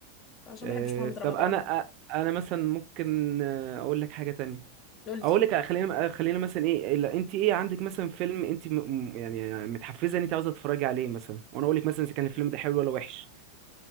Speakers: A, on the left (about 30°); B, on the right (about 40°).
A: عشان
B: آه،
A: ما بحبش محمد رمضان
B: طب انا آه، انا مثلا ممكن آه، اقول لك حاجه تانية
A: قولي
B: اقول لك خلينا خلينا مثلا ايه لا، انت ايه عندك مثلا فيلم انت م... م- يعني متحفزه ان انت عاوزه تتفرجي عليه مثلا وانا اقول لك مثلا اذا كان الفيلم ده حلو ولا وحش